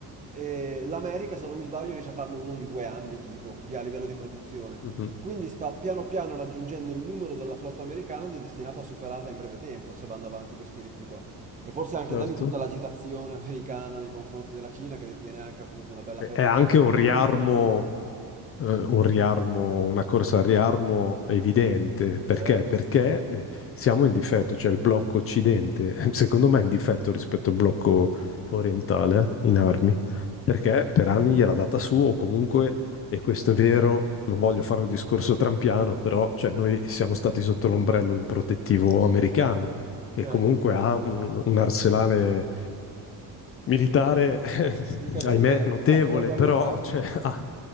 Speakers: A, on the right (about 20°); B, on the left (about 35°).
A: E l'America, se non mi sbaglio, riesce a farne uno ogni due anni, tipo, di- a livello di produzione.
B: mhm, mhm.
A: Quindi sta piano piano raggiungendo il numero della flotta americana ed è destinato a superarla in breve tempo, se vanno avanti questi ritmi qua. E forse anche
B: Certo.
A: da lì tutta l'agitazione <laughs> americana nei confronti della Cina, che detiene anche appunto una bella
B: E-
A: fetta
B: È anche
A: di debito
B: un riarmo
A: pubblico.
B: eh, un riarmo, una corsa al riarmo evidente. Perché?
A: Certo,
B: Perché eh, siamo in difetto, cioè il blocco occidente, <laughs> secondo me, è in difetto rispetto al blocco orientale eh, in armi, perché per anni gliel'ha data su, o comunque, e questo è vero, non voglio fare un discorso trampiano, però cioè, noi siamo stati sotto l'ombrello protettivo americano che
A: certo.
B: comunque ha un, un arsenale militare, <laughs>
A: Mica da
B: ahimè,
A: ridere.
B: notevole,
A: Eh, ce l'abbiamo
B: però
A: in casa.
B: cioè, <laughs> ah,